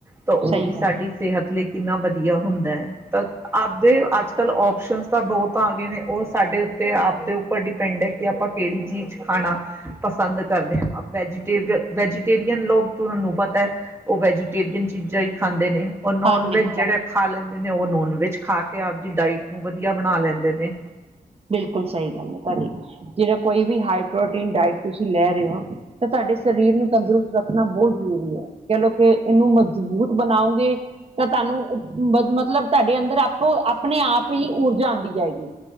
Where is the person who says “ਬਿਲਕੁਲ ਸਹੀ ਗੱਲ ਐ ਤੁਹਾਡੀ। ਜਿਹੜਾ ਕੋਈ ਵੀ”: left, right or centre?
Right